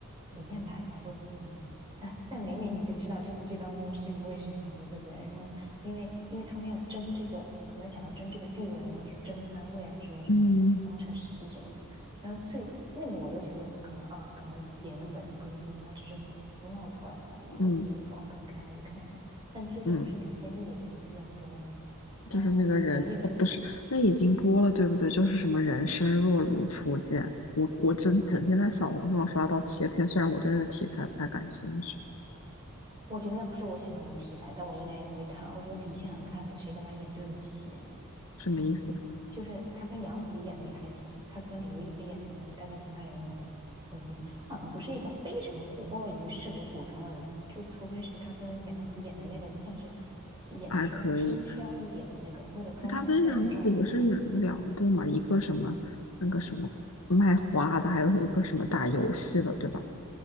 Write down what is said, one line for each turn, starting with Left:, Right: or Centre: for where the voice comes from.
Right: 李现拍才会红的，哎，但明明你就知道这部剧当中是因为谁红的，对不对？然后因为因为他们要争这个，可能想要争这个地位，然后去争番位啊，什么什么，
Left: <clears throat> 嗯
Right: 当成实际什么。然后最那个我都觉得说可能啊，可能演员本人不是这么想，只是粉丝闹出来的。那我就觉得说哦，
Left: 嗯
Right: 可能看看就看看。但最近不是李现又有一部剧要播了吗？
Left: 嗯，
Right: 然后呢，
Left: 就是那个人，
Right: 刘亦菲，
Left: 哦，不是，那已经播了，对不对？就是什么人生若如初见，我我整整天在小红书上刷到切片，虽然我对那题材不太感兴趣，
Right: 我觉得那不是我喜欢的题材，但我应该也不会看。我觉得李现很看谁跟他演对手戏。
Left: 什么意思？
Right: 嗯，就是他跟杨紫演的也还行，他跟李优一菲演的还行，但跟其他人的我很很难觉。他好像不是一个非常过于适合古装的人，就除非是他跟杨紫演的那个算是演的稍微轻佻一点的那个，
Left: 还可以，
Right: 那个妆造应该有照顾他。
Left: 哎他跟杨紫不是演了两部嘛，一个什么那个什么卖花的，还有一个什么打游戏的，对吧？